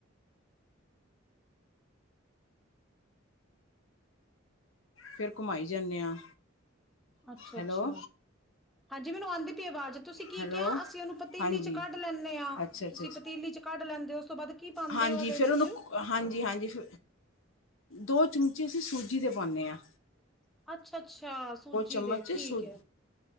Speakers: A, on the left; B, in the centre.
A: ਫਿਰ ਘੁਮਾਈ ਜਾਂਦੇ ਹਾਂ
B: ਅੱਛਾ,
A: ਹੈਲੋ
B: ਅੱਛਾ। ਹਾਂਜੀ ਮੈਨੂੰ ਆਂਦੀ ਪੀ ਆਵਾਜ਼, ਤੁਸੀਂ ਕੀ
A: ਹੈਲੋ
B: ਕਿਆ ਅਸੀਂ ਉਹਨੂੰ ਪਤੀਲੀ
A: ਹਾਂਜੀ
B: ਚ ਕੱਢ ਲੈਂਣੇ ਆਂ।
A: ਅੱਛਾ ਅੱਛਾ
B: ਤੁਸੀਂ
A: ਅੱਛਾ
B: ਪਤੀਲੀ ਚ ਕੱਢ ਲੈਂਦੇ ਓ ਉਸ ਤੋਂ ਬਾਅਦ ਕੀ ਪਾਂਦੇ
A: ਹਾਂਜੀ
B: ਓ ਓਦੇ
A: ਫਿਰ
B: ਵਿੱਚ।
A: ਉਹਨੂੰ ਹਾਂਜੀ ਹਾਂਜੀ ਫ ਦੋ ਚਮਚੇ ਅਸੀਂ ਸੂਜੀ ਦੇ ਪਾਣੇ ਆਂ।
B: ਅੱਛਾ ਅੱਛਾ, ਸੂਜੀ
A: ਚਮਚ
B: ਦੇ ਠੀਕ
A: ਸੂ
B: ਐ।